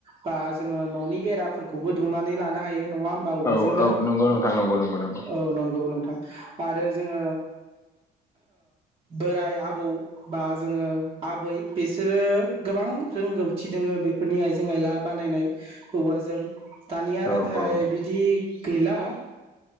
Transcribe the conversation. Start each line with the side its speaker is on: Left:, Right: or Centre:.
Right: बा जोङो न'नि बेराफोरखौबो दुमनानै लानो हायो। नङा होनबा
Left: औ
Right: औवाजोंनो
Left: नंगौ नोंथां नंगौ नंगौ नंगौ
Right: औ नंगौ नोंथां आरो जोङो बोराय आबौ बा जोङो आबै बिस सोरो गोबां रोंगौथि दोङो बेफोरनि आइजें आइला बानायनाय औवाजों। दानिया
Left: औ
Right: नाथाय
Left: औ
Right: बिदि गैला।